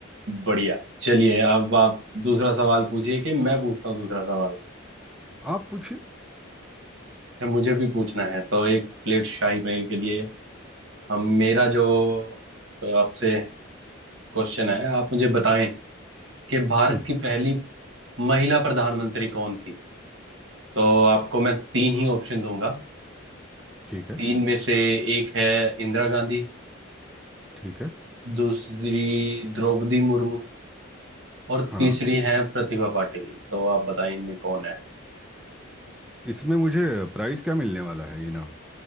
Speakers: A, on the right (about 65°); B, in the centre.
A: बढ़िया चलिए अब आप दूसरा सवाल पूछिए कि मैं पूछता हूँ दूसरा सवाल
B: आप पूछिए
A: अच्छा मुझे भी पूछना है तो एक प्लेट शाही पनीर के लिए हम मेरा जो अ, आपसे क्वेश्चन है आप मुझे बताएं कि भारत
B: हम्म
A: की पहली महिला प्रधानमंत्री कौन थी तो आपको मैं तीन ही ऑप्शन दूंगा
B: ठीक है
A: तीन में से एक है इंदिरा गांधी
B: ठीक है
A: दूसरी द्रौपदी मुर्मू और
B: हाँ
A: तीसरी है प्रतिभा पाटिल तो आप बताएं इनमें कौन है
B: इसमें मुझे प्राइस क्या मिलने वाला है इनाम